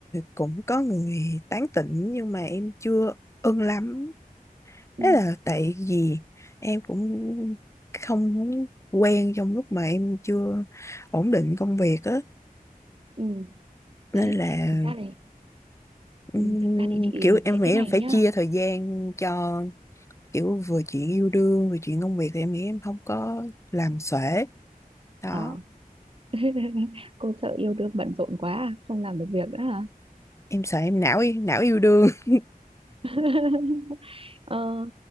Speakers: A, on the left; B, on the right.
A: cũng có người tán tỉnh nhưng mà em chưa ưng lắm.
B: ừ,
A: Đấy là tại vì em cũng không muốn quen trong lúc mà em chưa ổn định công việc á.
B: ừ.
A: Nên
B: đấy
A: là
B: thực ra này ừ,
A: ừm,
B: thực ra thì chị
A: kiểu
B: thấy
A: em nghĩ
B: thế
A: em
B: này
A: phải
B: nhá
A: chia thời gian cho kiểu vừa chuyện yêu đương vừa chuyện công việc thì em nghĩ em không có làm xuể. Đó,
B: Ờ, <laughs> cô sợ yêu đương bận rộn quá à? không làm được việc nữa hả
A: em sợ em não não yêu đương. <laughs>
B: <laughs> ờ,